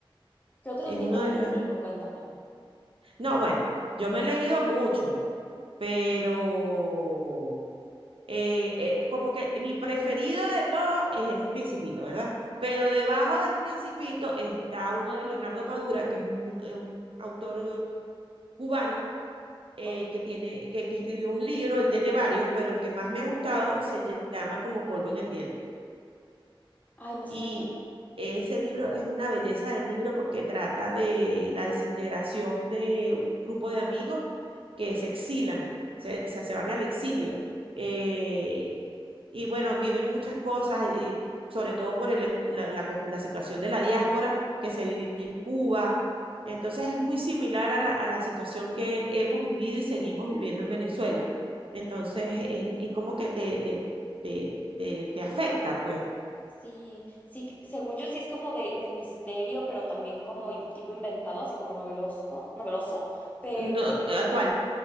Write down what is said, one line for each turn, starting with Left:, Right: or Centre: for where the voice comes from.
Left: ¿Qué otros
Right: Es
Left: libros
Right: uno de
Left: has
Right: los...
Left: leído? Cuéntame.
Right: No, bueno, yo me he leído mucho, pero... eh, eh, como que mi preferido de todos es el Principito, ¿verdad? Pero debajo del Principito está uno de Leonardo Padura, que es un, un autor cubano eh,
Left: Ok.
Right: que, tiene, que, que escribió un libro, él tiene varios, pero el que más me ha gustado se llama Como polvo en el viento.
Left: Ay, me suena.
Right: Y ese libro es una belleza de libro porque trata de la desintegración de un grupo de amigos que se exilan, se, se, se van al exilio. eh, y bueno, viven muchas cosas, y sobre todo por el- la, la cu- la situación de la diáspora que se vive en Cuba. Entonces es muy similar a la, a la situación que hemos vivido y seguimos viviendo en Venezuela. Entonces
Left: Ah,
Right: es, es como que te, te, te, te, te afecta, pues.
Left: Sí, sí, que- según yo sí es como de, de misterio, pero también como in- tipo inventado, así como novelosco, noveloso, pero
Right: No, ¿a cuál?